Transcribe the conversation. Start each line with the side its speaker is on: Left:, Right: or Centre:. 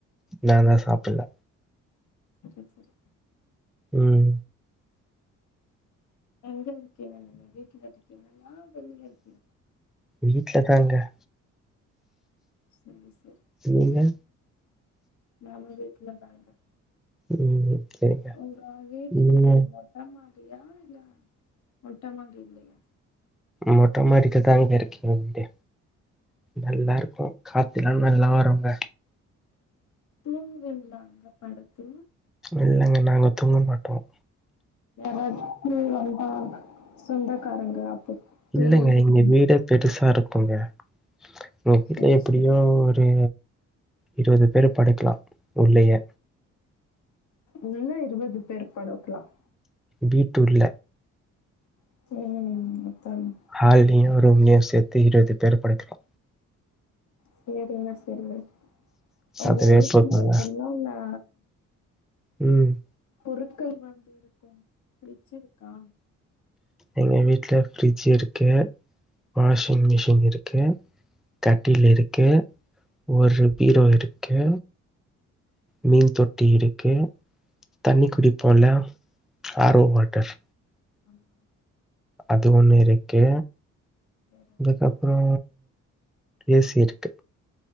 Centre: நான் தான் சாப்பிடல
Left: சரி சரி
Centre: உம்
Left: எங்க இருக்கீங்க நீங்க வீட்டுல இருக்கீங்களா வெளில இருக்கீங்க
Centre: வீட்டு்லதாங்க
Left: சரி சரி
Centre: நீங்க
Left: நானும் வீட்டுல தாங்க
Centre: ம் சரிங்க
Left: உங்க வீடு
Centre: நீங்க
Left: எப்படி மொ ட மாடியா இல்ல மொட்ட மாடியில்லயா
Centre: மொட்ட மாடிக்கு தாங்க இருக்கீங்க நல்லா
Left: ம்
Centre: இருக்கும் காத்தில்லாம் நல்லா வருங்க
Left: தூங்குவீங்ளா அங்க படுத்து
Centre: இல்லங்க நாங்க தூங்க மாட்டோம்
Left: யாராச்சு வந்தா சொந்தக்காரங்க அப்ப தூங்குவீங்களா
Centre: இல்லங்க இங்க வீடே பெருசா இருக்குங்க எங்க வீட்ல
Left: சரி
Centre: எப்டியோ
Left: சரி
Centre: ஒரு இருபது பேர் படுக்கலாம் உள்ளயே
Left: உள்ள இருவது பேர் படுக்கலாம்
Centre: வீட்டூள்ள
Left: <unintelligible>
Centre: ஹால்லயும் ரூம்லேயும் சேத்து இருவது பேரு படுக்கலா
Left: சேரிங்க சரிங்க உங்க
Centre: அதுவே
Left: வீட்ல
Centre: போதுல்ல
Left: என்னன்னா
Centre: ம்
Left: பொருட்கள் வந்து இருக்கும் ஃப்ரிட்ஜ் இருக்கா
Centre: எங்க வீட்ல ஃப்ரிட்ஜ் இருக்கு வாஷிங் மிஷின் இருக்கு கட்டில் இருக்கு ஒரு பீரோ இருக்கு மீன் தொட்டி இருக்கு தண்ணீ குடிப்போம்ல ஆர் ஓ வாட்டர்
Left: ஆமா
Centre: அது ஒன்னு இருக்கு
Left: சரிங்க
Centre: அதுக்கப்றோ
Left: சார்,
Centre: ஏ சி இருக்கு